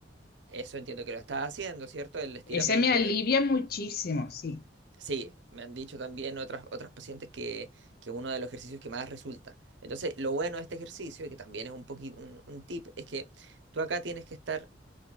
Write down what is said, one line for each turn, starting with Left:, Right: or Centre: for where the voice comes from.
Right: eso entiendo que lo estás haciendo, ¿cierto? El estiramiento
Left: Ese me alivia
Right: de...
Left: muchísimo, sí.
Right: Sí, me han dicho también otras, otras pacientes que, que uno de los ejercicios que más resulta. Entonces, lo bueno de este ejercicio, y que también es un poquito un, un tip, es que tú acá tienes que estar